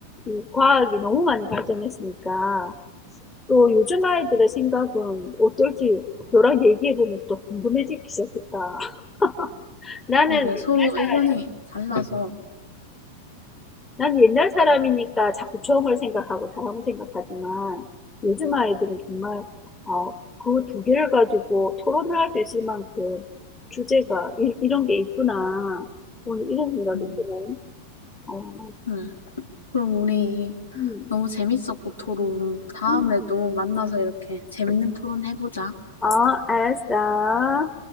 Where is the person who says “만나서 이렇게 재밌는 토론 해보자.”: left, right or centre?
Left